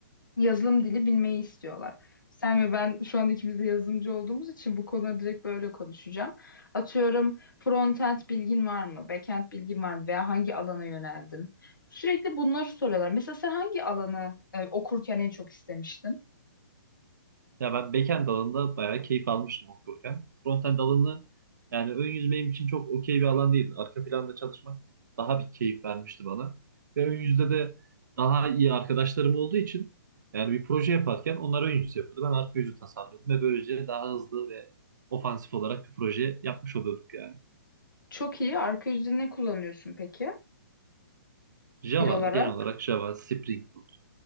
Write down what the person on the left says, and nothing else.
yazılım dili bilmeyi istiyorlar. Sen ve ben şu an ikimiz de yazılımcı olduğumuz için bu konuları direkt böyle konuşacağım. Atıyorum frontend bilgin var mı? Backend bilgin var mı? Veya hangi alana yöneldin? Sürekli bunları soruyorlar. Mesela sen hangi alanı e, okurken en çok istemiştin?
Çok iyi. Arka yüzde ne kullanıyorsun peki
dil olarak?